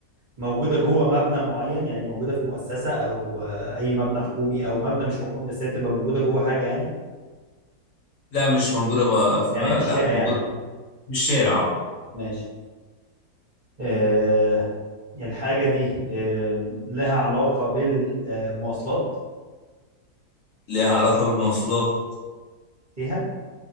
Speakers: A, on the right (about 35°); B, on the left (about 65°).
A: موجودة جوه مبنى معين يعني موجودة في مؤسسة او آه، اي مبنى حكومي او مبنى مش حكومي بس هي بتبقى موجودة جوه حاجة يعني
B: لا مش موجودة بقى في
A: يعني
B: ما...
A: هي في الشارع
B: لا موجودة
A: يعني
B: في الشارع اه
A: ماشي آه، الحاجة دي آم، لها علاقة بالمواصلات
B: ليها علاقة بالمواصلات
A: ليها